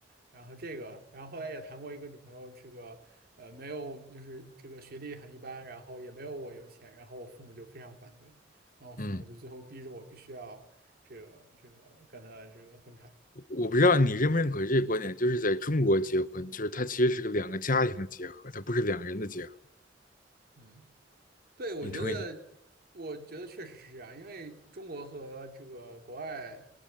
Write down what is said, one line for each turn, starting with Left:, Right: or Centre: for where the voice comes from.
Right: 然后这个，然后后来也谈过一个女朋友，这个呃没有，就是这个学历很一般，然后也没有我有钱，然后我父母就非常反对，然后父母就最后逼着我必须要这个这个跟他这个分开。
Left: 嗯。我不知道你认不认可这个观点，就是在中国结婚，就是它其实是个两个家庭的结合，它不是两个人的结合。
Right: 嗯。对，我觉得，
Left: 你同意这？
Right: 我觉得确实是这样，因为中国和这个国外，